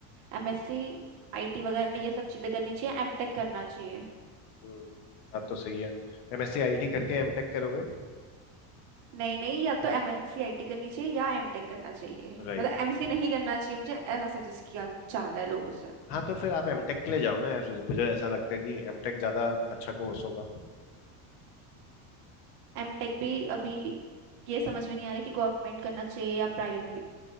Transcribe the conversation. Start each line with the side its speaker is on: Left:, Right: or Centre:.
Right: एमएससी आईटी वगैरह ये सब चीजें करनी चाहिए एमटेक करना चाहिए
Left: हम्म, बात तो सही है एमएससी आईटी करके एमटेक करोगे
Right: नहीं नहीं या तो एमएससी आईटी करनी चाहिए या एमटेक करना चाहिए
Left: राइट
Right: मतलब एमएससी नहीं करना चाहिए मुझे ऐसा सजेस्ट किया जा रहा है लोगों से
Left: हाँ तो फिर आप एमटेक के लिए जाओ ना यार मुझे ऐसा लगता है कि एमटेक ज्यादा अच्छा कोर्स होगा
Right: एमटेक भी अभी ये समझ में नहीं आ रहा कि गवर्नमेंट करना चाहिए या प्राइवेट